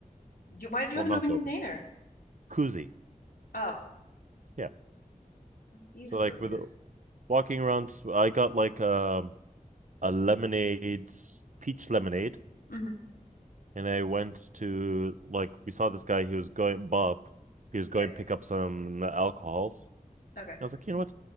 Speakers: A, on the left (about 80°); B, on the right (about 60°).
A: You, why did you
B: Well,
A: have an
B: not
A: open
B: so
A: container?
B: open, koozie.
A: Oh,
B: Yeah.
A: you
B: So
A: silly
B: like with
A: goose.
B: walking around. I got like um a lemonade, peach lemonade,
A: Mm-hmm.
B: and I went to like we saw this guy. He was going Bob. He was going
A: Yeah.
B: to pick up some alcohols.
A: Okay.
B: I was like, you know what?